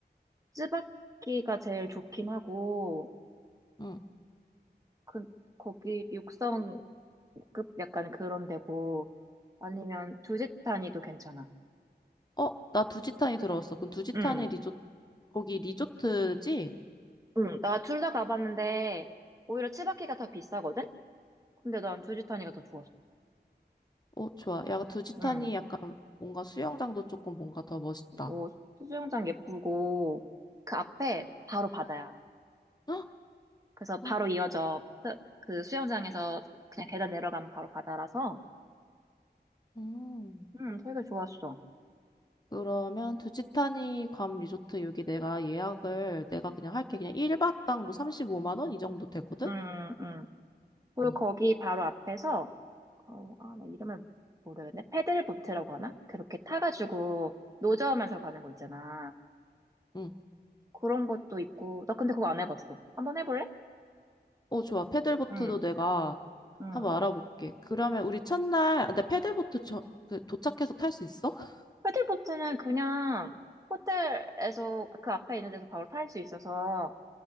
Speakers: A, on the right (about 20°); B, on the left (about 25°).
A: 쯔바키가 제일 좋긴 하고,
B: 응.
A: 그, 거기 육성급 약간 그런 데고, 아니면 두짓타니도 괜찮아.
B: 어, 나 두지탄이 들어왔어. 그럼 두지탄이
A: 응,
B: 리조, 거기 리조트지?
A: 응, 나 둘 다 가봤는데, 오히려 쯔바키가 더 비싸거든? 근데 난 두짓타니가 더 좋았어.
B: 어, 좋아. 야, 두지탄이
A: 응,
B: 약간 뭔가 수영장도 조금 뭔가 더 멋있다.
A: 어, 수영장 예쁘고, 그 앞에 바로 바다야.
B: <gasps> 헉!
A: 그래서 바로
B: 헉!
A: 이어져 수- 그 수영장에서 그냥 계단 내려가면 바로 바다라서
B: 음.
A: 음 되게 좋았어.
B: 그러면 두지타니 괌 리조트 여기 내가 예약을 내가 그냥 할게. 그냥 1박당 뭐 35만 원 이 정도 되거든?
A: 음, 음. 그리고
B: 응,
A: 거기 바로 앞에서 어, 아, 나 이름을 모르겠네. 패들보트라고 하나? 그렇게 타가지고 노저우면서 가는 거 있잖아.
B: 응.
A: 그런 것도 있고. 나 근데 그거 안 해봤어. 한번 해볼래?
B: 어, 좋아. 패들보트도
A: 응,
B: 내가
A: 응.
B: 한번 알아볼게. 그러면 우리 첫날, 아, 근데 패들보트 저, 그 도착해서 탈 수 있어? <laughs>
A: 패들보트는 그냥 호텔에서 그 앞에 있는 데서 바로 탈 수 있어서